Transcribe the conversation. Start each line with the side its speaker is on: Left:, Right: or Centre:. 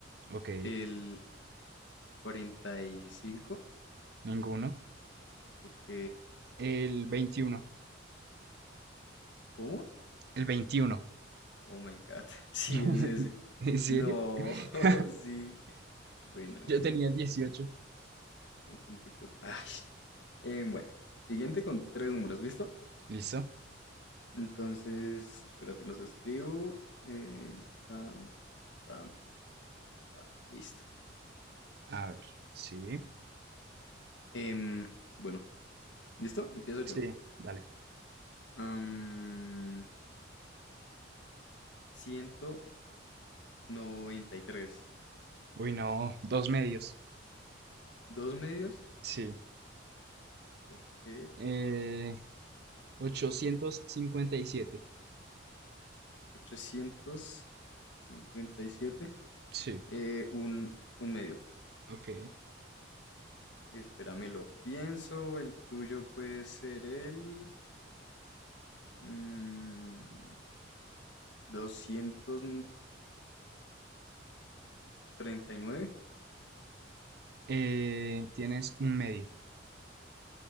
Right: Ok.
Left: El 45.
Right: Ninguno.
Left: Ok.
Right: El veintiuno,
Left: ¿Cómo?
Right: El veintiuno,
Left: Oh my God. <laughs> Sí,
Right: <laughs>
Left: es ese.
Right: ¿En serio?
Left: No,
Right: <laughs>
Left: <laughs> sí. Buena, buena.
Right: Yo tenía 18.
Left: Un puntico. Ay. Eh, bueno, siguiente con tres números, ¿listo?
Right: ¿Listo?
Left: Entonces, espérate, los escribo. Eh, tan, tan, tan. Listo.
Right: A ver. Sí.
Left: Em, bueno, ¿listo? Empiezo yo.
Right: Sí, dale.
Left: Am, ciento noventa y tres.
Right: Uy, no. Dos medios.
Left: Dos medios,
Right: Sí.
Left: Ok.
Right: Eh, 857.
Left: 857.
Right: Sí.
Left: Eh, un, un medio.
Right: Ok.
Left: Espérame, lo pienso. El tuyo puede ser el mm, doscientos treinta y nueve,
Right: Eh, tienes un medio.